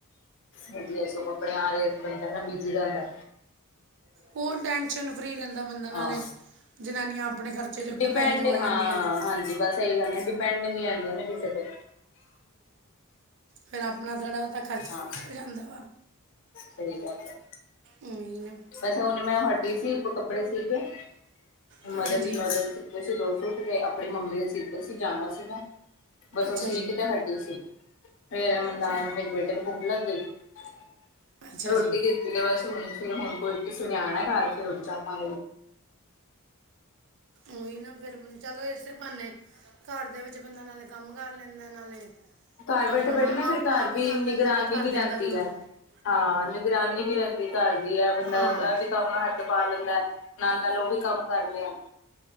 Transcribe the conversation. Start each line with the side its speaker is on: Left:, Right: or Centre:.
Left: ਵਧੀਆ ਸੋ ਕੱਪੜੇ ਆ ਰਹੇ- <unintelligible> ਬਿਜੀ ਦਾਦਾ
Right: ਹੋਰ ਟੈਂਸ਼ਨ ਫਰੀ ਰਹਿੰਦਾ ਬੰਦਾ, ਨਾਲੇ
Left: ਹਾਂ
Right: ਜਨਾਨੀਆਂ ਆਪਣੇ ਖਰਚੇ ਜੋਗੇ
Left: ਡਿਪੈਂਡ
Right: ਪੈਸੇ ਜੋੜ ਲੈਂਦੀਆਂ
Left: ਹਾਂ
Right: ਨੇ
Left: ਹਾਂਜੀ ਬਸ ਇਹੀ ਗੱਲ ਹੈ ਡਿਪੈਂਡ ਨਹੀਂ ਰਹਿੰਦਾ ਫੇਰ ਕਿਸੇ ਤੇ।
Right: ਫੇਰ ਆਪਣਾ ਥੋੜਾ <unintelligible> ਖਰਚਾ
Left: ਹਾਂ
Right: ਨਿਕਲ ਜਾਂਦਾ ਵਾ।
Left: ਸਹੀ ਬਾਤ ਹੇ।
Right: ਹੂੰ।
Left: ਵੈਸੇ ਹੁਣ ਮੈਂ- ਫਰੀ ਸੀ ਹੁਣ ਕੱਪੜੇ ਸੀ ਕੇ। <unintelligible>
Right: ਹਾਂਜੀ
Left: ਮਦਦਰ ਮਦਰਰ ਕਿੇੇ ਦੋਸ ਸੁਟ ਕੇ ਆਪਣੀ ਮੰਮੀ ਦੇ ਸੀਤੇ ਸੀ ਜਾਣਾ ਸੀਗਾ। ਬਸੋਸੀ
Right: ਅੱਛਾ ਜੀ
Left: ਕਿਤੇ ਹਟੀ ਸੀ। ਫੇ <unintelligible> ਮੇਰੇ
Right: ਠੀਕ ਹੈ
Left: ਬੇਟੇ ਨੂੰ ਭੁੱਕ ਲੱਗੀ। ਹੂੰ।
Right: ਅੱਛਾ
Left: ਰੋਟੀ
Right: ਜੀ
Left: ਕੀਤੀ ਹੈ ਬਸ ਹੁਣ, ਫੇਰ ਹੁਣ। ਸੁਣਿਆਣਾ ਘਰ ਫਿਰ'ਚਾ ਪ <unintelligible> ਆ
Right: ਉਹੀ ਨਾ ਫੇਰ ਚਲੋ, ਇਸੇ ਬੰਨੇ ਘਰ ਦੇ ਵਿੱਚ ਬੰਦਾ ਨਾਲੇ ਕੰਮ ਕਰ ਲੈਂਦਾ ਨਾਲੇ
Left: ਘਰ ਬੈਠੇ-
Right: ਆਪਣਾ
Left: ਬੈਠੇ ਨਾ ਫਿਰ
Right: ਆਪਣਾ
Left: ਘਰ
Right: ਵੀ
Left: ਦੀ,
Right: ਕਰ
Left: ਨਿਗਰਾਨੀ
Right: ਲੈਂਦਾ ਫਿਰ ਘਰਦਿਆਂ
Left: ਵੀ ਰਖਦੀ
Right: ਦਾ ਹੋ
Left: ਹੈ,
Right: ਜਾਂਦਾ
Left: ਹਾਂ ਨਿਗਰਾਨੀ ਵੀ ਰਹਿਂੰਦੀ ਕਰਦੀ ਹੈ ਬੰਦਾ
Right: ਹਾਂ
Left: ਇਹ ਵੀ ਕੰਮ ਹੱਥ ਪਾ ਲੈਂਦਾ, ਨਾਲ- ਨਾਲ ਉਹ ਵੀ ਕੰਮ ਕਰਨੇ ਆ।